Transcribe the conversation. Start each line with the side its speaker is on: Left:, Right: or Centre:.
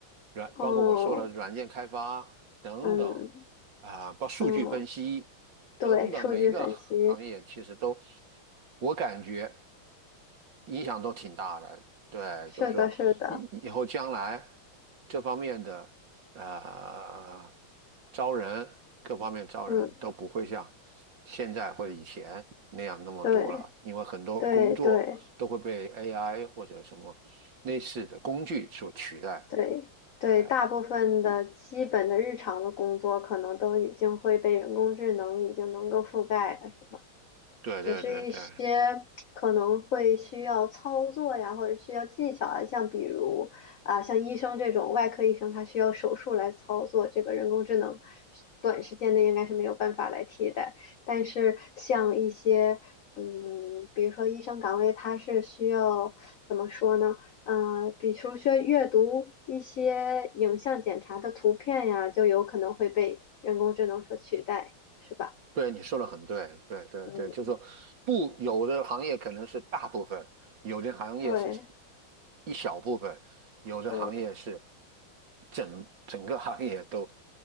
Right: 软，
Left: 哦，
Right: 包括我说了软件开发等等，
Left: 嗯
Right: 啊、包括数据分析等等，
Left: 嗯，对，数据分析，
Right: 每一个行业其实都，我感觉影响都挺大的。对，
Left: 是的，
Right: 就是说以以后将来
Left: 是的，
Right: 这方面的。呃，招人各方面招人都不会像
Left: 嗯，
Right: 现在或者以前那样那么多了，
Left: 对
Right: 因为很多工作都会被
Left: 对对。
Right: AI 或者什么类似的工具所取代。
Left: 对对，
Right: 呃，
Left: 大部分的基本的日常的工作可能都已经会被人工智能已经能够覆盖了。
Right: 对对对对，
Left: 只是一些可能会需要操作呀，或者需要技巧啊，像比如啊，像医生这种外科医生，他需要手术来操作，这个人工智能是短时间内应该是没有办法来替代。但是像一些嗯，比如说医生岗位，它是需要怎么说呢？嗯、呃比如说阅读一些影像检查的图片呀，就有可能会被人工智能所取代，是吧？
Right: 对，你说的很对，对对对，
Left: 嗯，
Right: 就是说，不，有的行业可能是大部分，有的行业是
Left: 对。
Right: 一小部分，有的行业是
Left: 对。
Right: 整整个行业都